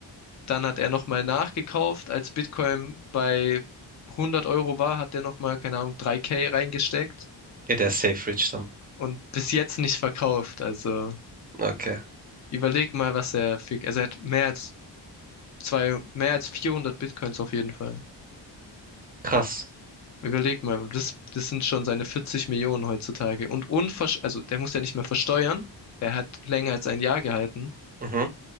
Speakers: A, on the left; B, on the right.
A: Dann hat er nochmal nachgekauft, als Bitcoin bei 100 Euro war, hat er nochmal, keine Ahnung, 3K reingesteckt
B: ja der Safe Rich dann.
A: und bis jetzt nicht verkauft. Also
B: Okay.
A: überleg mal, was er für, also er hat mehr als zwei, mehr als 400 Bitcoins auf jeden Fall.
B: Krass.
A: Überleg mal, das, das sind schon seine 40 Millionen heutzutage. Und unversch, also der muss ja nicht mehr versteuern. Er hat länger als ein Jahr gehalten.
B: Mhm.